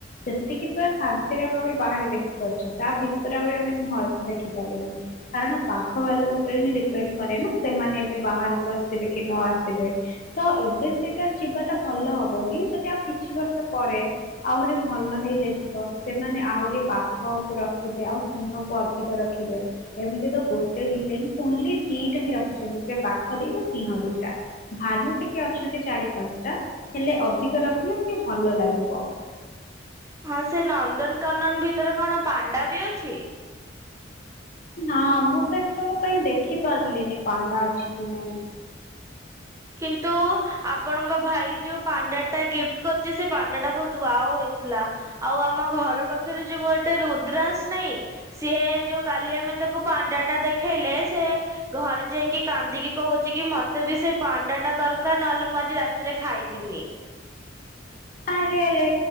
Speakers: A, on the left; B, on the right.
A: ସେତିକି ପୁରା ଶାନ୍ତିରେ ଆମେ ଆହୁ ବାହାରେ ଦେଖି ପାରୁଛେ ତା ଭିତରେ ଆହୁରି ଆମେ ଏତେ ଭଲସେ ଦେଖି ପାରୁଲୁନି କାରଣ ବାଘ ଭାଲୁ ଉପର ହିଁ ଡିପେଣ୍ଡ କରେ ନା ସେମାନେ ଏବେ ବାହାରକୁ ଆସିବେ କି ନ ଆସିବେ ତ ତ ସେଇଟା ଯିବାଟା ଭଲ ହବନି ଯଦି ଆଉ କିଛି ବର୍ଷ ପରେ ଆହୁରି ଭଲ ହେଇ ଯାଇଥିବ ସେମାନେ ଆହୁରି ବାଘ କୁ ରଖିବେ ଆଉ ସିଂହକୁ ଅଧିକ ରଖିବେ ଏମିତି ତ ଗୋଟେ ଦିଟା ହିଁ ଓନ୍ଲି ଦିଟା ହିଁ ରଖିଛନ୍ତି ସେ ବାଘ ଦିଟା ସିଂହ ଦିଟା ଭାଲୁ ଟିକେ ଛନ୍ତି ଚାରି ପାଞ୍ଚଟା ହେଲେ ଅଧିକ ରଖିଲେ ଟିକେ ଭଲ ଲାଗିବ।
B: ହଁ ସେ ନନ୍ଦନକାନନ ଭିତରେ କଣ ପାଣ୍ଡା ବି ଅଛି?
A: ନା ମୁଁ ତ ଏଥର କହିଁ ଦେଖି ପାରିଲିନି ପାଣ୍ଡା ଅଛି କି ନାଇଁ
B: କିନ୍ତୁ ଆପଣଙ୍କ ଭାଇ ଯୋଉ ପାଣ୍ଡା ଟା ଗିଫ୍ଟ କରୁଛି ସେ ପାଣ୍ଡା ଟା ବହୁତ ୱାଓ ହୋଇଥିଲା ଆଉ ଆମ ଘର ପାଖରେ ଯୋଉ ଗୋଟେ ରୁଦ୍ରାସ ନାହିଁ ସିଏ ଯୋଉ କାଲି ଆମେ ତାକୁ ପାଣ୍ଡା ଟା ଦେଖେଇଲେ ସେ ଘରେ ଯାଇକି କାନ୍ଦିକି କହୁଛି କି ମତେ ବି ସେ ପାଣ୍ଡା ଟା ଦରକାର ନହେଲେ ମୁଁ ଆଜି ରାତିରେ ଖାଇବିନି
A: ଆରେ ଆରେ